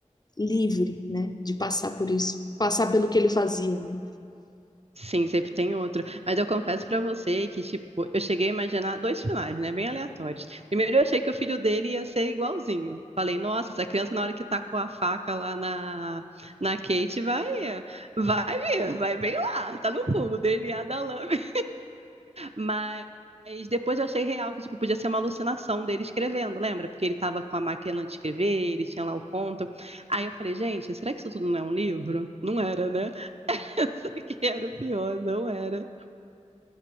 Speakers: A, on the left (about 30°); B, on the right (about 55°).
A: livre, né, de passar por isso, passar pelo que ele fazia, né?
B: Sim, sempre tem outro. Mas eu confesso pra você que, tipo, eu cheguei a imaginar dois finais, né? Bem aleatórios. Primeiro, eu achei que o filho dele ia ser igualzinho. Falei, nossa, essa criança, na hora que tá com a faca lá na, na Kate, vai, vai vir, vai bem lá, tá no fundo, o DNA da Love. Mas. depois eu achei real que tipo, podia ser uma alucinação dele escrevendo, lembra? Porque ele tava com a máquina de escrever, ele tinha lá o conto. Aí eu falei, gente, será que isso tudo não é um livro? Não era, né? <laughs> Isso aqui era o pior, não era.